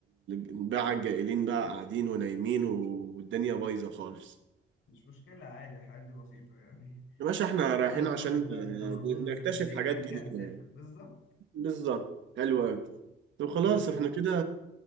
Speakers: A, on the right; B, on the left.
A: الباعة الجائلين بقى قاعدين ونايمين والدنيا بايظه خالص
B: مش مشكلة عادي الحاجات دي بسيطة يعني
A: يا باشا احنا رايحين
B: لا باظ
A: عشان
B: البلد اه باظ
A: نكتشف
B: السفرية
A: حاجات
B: احنا كده
A: جديده
B: كده هنسافر
A: يعني
B: بالظبط
A: بالظبط حلو قوي طب خلاص
B: بالظبط.
A: احنا كده